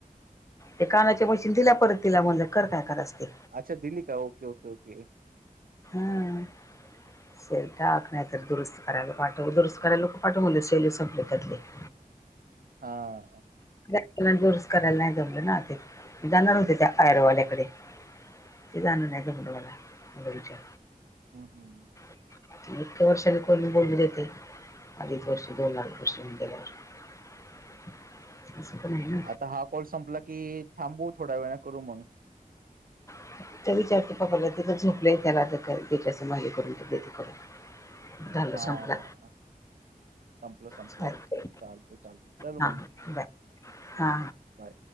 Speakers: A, on the left; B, on the right.
A: ते कानाच्या मशीन दिल्या परत तिला म्हणले कर काय करायच ते
B: अच्छा दिली का ओके- ओके -ओके
A: <inaudible> हम्म शेल टाक नाही तर दुरुस्त करायला पाठव दुरुस्त करायला नको पाठवून म्हटलं शेलच स पलेत त्यातले <inaudible>
B: हा
A: <unintelligible> दुरुस्त करायला नाही जमलं ना जाणार होते त्या ऍडवाल्याकडे <inaudible> <inaudible> ते जाण नाही त <unintelligible> त मलाच्या
B: हम्म -हम्म
A: <inaudible> इतक्या वर्षाने कोणी बोलली देते अधीच वर्षी दोन न वर्ष होऊन गेल्यावर <inaudible> <inaudible> अस पण हाय ना
B: आता हा कॉल संपला कि थांबू थोड्या वेळान करू मग
A: <inaudible> तर विचारतो बापाला तिथं झोपलं त्याला बच्याचं <unintelligible> मागे करून ते करून झालं
B: हा
A: संपला
B: संपलं संपलं
A: चालतंय
B: चालते चालते चल
A: हा
B: मग
A: बाय हा
B: बाय